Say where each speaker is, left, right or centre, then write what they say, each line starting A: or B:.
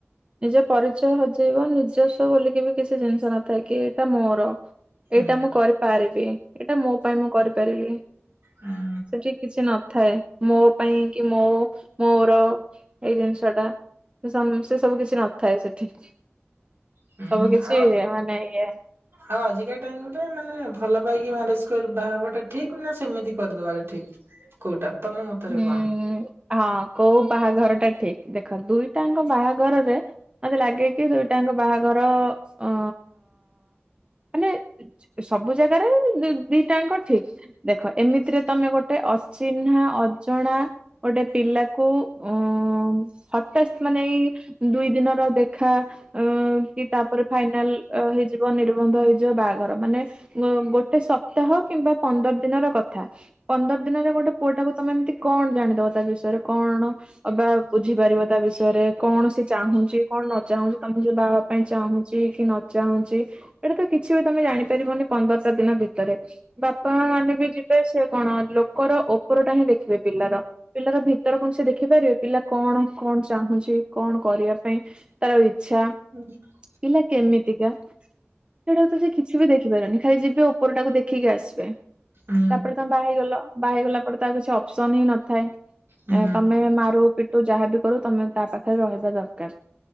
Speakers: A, on the right; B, on the right.
A: ନିଜ ପରିଚୟ ହଜେଇବ ନିଜସ୍ୱ ବୋଲିକି ବି କିଛି ଜିନିଷ ନଥାଏ କି ଏଇଟା ମୋର।
B: ହୁଁ
A: ଏଇଟା ମୁଁ କରିପାରିବି ଏଇଟା ମୋ ପାଇଁ ମୁଁ କରିପାରିବି।
B: ହୁଁ।
A: ସେଠି କିଛି ନଥାଏ ମୋ ପାଇଁ କି ମୋ ମୋର ଏଇ ଜିନିଷଟା <unintelligible> ତେ ସବୁ କିଛି ନଥାଏ ସେଠି ସବୁ
B: ହୁଁ ହୁଁ
A: କିଛି
B: ଆଉ
A: ମାନେ ଇଏ
B: ଆଉ ଆଜିକା ଟାଇମରେ ମାନେ ଭଲ ପାଇକି ମ୍ୟାରେଜ କରି ବା ହବା ଟା ଠିକ୍ ନା ସେମିତି କରିଦବାଟା ଠିକ୍? କୋଉଟା। ତମ ମତରେ
A: ହୁଁ
B: କଣ?
A: ହଁ କୋଉ ବାହାଘର ଟା ଠିକ୍ ଦେଖ ଦୁଇଟାଙ୍କ ବାହାଘରରେ ମତେ ଲାଗେ କି ଦୁଇଟାଙ୍କ ବାହାଘର ଅ ମାନେ ସବୁ ଜାଗାରେ ଦି ଦିଟାଙ୍କ ଠିକ୍। ଦେଖ ଏମିତିରେ ତମେ ଗୋଟେ ଅଚିହ୍ନା ଅଜଣା ଗୋଟେ ପିଲାକୁ ଉଁ ହଟାସ୍ତ ମାନେ ଏଇ ଦୁଇ ଦିନର ଦେଖା ଉଁ କି ତାପରେ ଫାଇନାଲ ଅ ହେଇଯିବ ନିର୍ବନ୍ଧ ହେଇଯିବ ବାହାଘର ମାନେ ଗ ଗୋଟେ ସପ୍ତାହ କିମ୍ବା ପନ୍ଦର ଦିନ ର କଥା ପନ୍ଦର ଦିନରେ ଗୋଟେ ପୁଅ ଟାକୁ ତମେ ଏମିତି କଣ ଜାଣିଦବ ତା ବିଷୟରେ କଣ ଅବା ବୁଝିପାରିବ ତା ବିଷୟରେ କଣ ସେ ଚାହୁଁଚି କଣ ନ ଚାହୁଁଚି ତମକୁ ଯ ବା ପାଇଁ ଚାହୁଁଚି କି ନ ଚାହୁଁଚି ଏଟା ତ କିଛି ବି ତମେ ଜାଣିପାରିବନି ପନ୍ଦରଟା ଦିନ ଭି ତରେ ବାପା ମାନେ ବି ଯିବେ ସେ କଣ ଲୋକର ଉପର ଟା ହିଁ ଦେଖିବେ। ପିଲାର ପିଲାର ଭିତର କଣ ସେ ଦେଖିପାରିବେ ପିଲା କଣ କଣ ଚାହୁଁଚି କଣ କରିବା ପାଇଁ ତାର ଇଚ୍ଛା
B: <unintelligible>
A: ପିଲା କେମିତିକା ସେଇଟାକୁ ତ ସେ କିଛି ବି ଦେଖିପାରନି ଖାଲି ଯିବେ ଉପରଟାକୁ ଦେଖିକି ଆସିବେ।
B: ଉଁ
A: ତାପରେ ତମେ ବାହା ହେଇଗଲ ବାହାହେଇ ଗଲା ପରେ ତ ଆଉ କିଛି ଅପସନ୍ ହିଁ ନଥାଏ।
B: ହୁଁ
A: ଏଁ ତମେ ମାରୁ ପିଟୁ ଯାହାବି କରୁ ତମେ ତା ପାଖେ ରହିବା ଦରକାର।